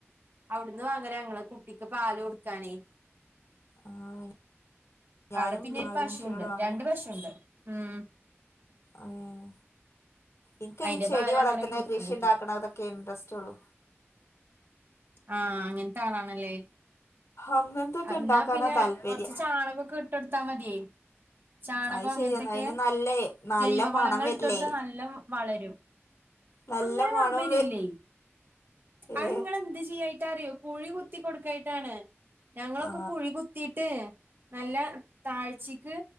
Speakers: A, on the right (about 45°); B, on the left (about 75°).
A: അവിടുന്ന് വാങ്ങല ഞങ്ങള് ട്ടിക്ക് പാലെടുക്കാനേ
B: ആഹ് ഞാനും
A: അവിടെ പിന്നെരു
B: ഒരു
A: പശുണ്ട്
B: മനുഷ്യനോട് വാങ്ങലാ
A: രണ്ട് പശുണ്ട് ഉം
B: ആഹ് ഇനിക്ക്
A: അയിന്റെ
B: അയ്ൻ ചെടി
A: പാല്
B: വളർത്തണെ
A: അങ്ങനെ കൊടുക്കും
B: കൃഷി
A: കുട്ടിക്ക്
B: ഉണ്ടാക്കണ അതൊക്കെ ഇൻട്രസ്റ്റ് ഉള്ളു
A: ആഹ് അങ്ങത്തെ ആളാണല്ലേ
B: അങ്ങനത്തൊക്കെ ഉണ്ടാക്കാനാ
A: ന്നാ പിന്നെ
B: താല്പര്യം
A: കൊറച്ച് ചാണകക്കെ ഇട്ടടുത്താ മതിയെ ചാണക
B: അത്
A: അങ്ങനത്തൊക്കെ
B: ശരിയെന്ന അതിന് നല്ലേ നല്ല
A: ജൈവ
B: മണം
A: വളങ്ങളിടോടുത്ത
B: വരില്ലേ
A: നല്ല വളരും
B: നല്ല
A: അങ്ങനെ
B: മണം
A: വവരില്ലേ
B: വ ഏ
A: അതിങ്ങളെ എന്തു ചെയ്യായിട്ടറിയോ കുഴി കുത്തി കൊടുക്കായിട്ടാണ് ഞങ്ങളൊക്കെ
B: ആ
A: കുഴി കുത്തിട്ട് നല്ല താഴ്ചക്ക്